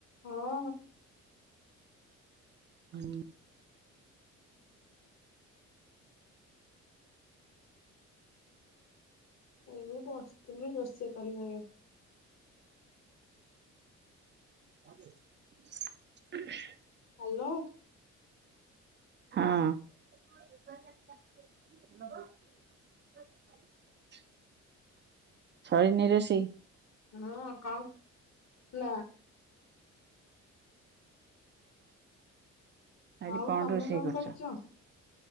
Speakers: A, on the left; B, on the right.
A: ହଁ।
B: ହୁଁ।
A: ଏଇ ବସିଥିଲି ରୋଷେଇ କରିବ <unintelligible>
B: <unintelligible>
A: ହ୍ୟାଲୋ।
B: ହଁ। <unintelligible> ସରିନି ରୋଷେଇ?
A: ହଁ କଁ ନା।
B: ଆଜି
A: ଆଉ
B: କଣ
A: ତମେ
B: ରୋଷେଇ କରଚ?
A: କରୁଛ?